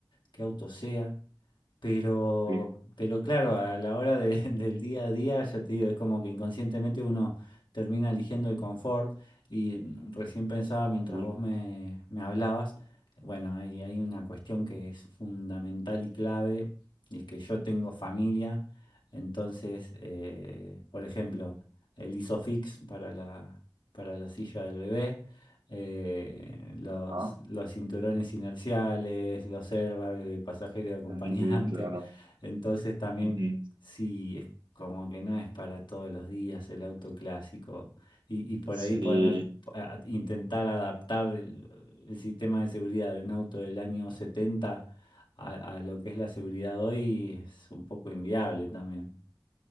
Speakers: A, on the left; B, on the right.
A: qué auto sea. Pero,
B: sí,
A: pero claro, a la hora de- <laughs> del día a día, ya te digo, es como que inconscientemente uno termina eligiendo el confort. Y mm, recién pensaba mientras
B: sí.
A: vos me, me hablabas, bueno, hay, hay una cuestión que es fundamental y clave, y es que yo tengo familia, entonces, eh, por ejemplo, el Isofix para la, para la silla del bebé eh, los,
B: Ajá.
A: los cinturones inerciales, los airbags de pasajero y acompañante.
B: Sí, claro.
A: Entonces también
B: Ujú.
A: sí, es como que no es para todos los días el auto clásico. Y, y por
B: Sí,
A: ahí poner, a- intentar adaptar el, el sistema de seguridad de un auto del año 70 a, a lo que es la seguridad hoy es un poco inviable también.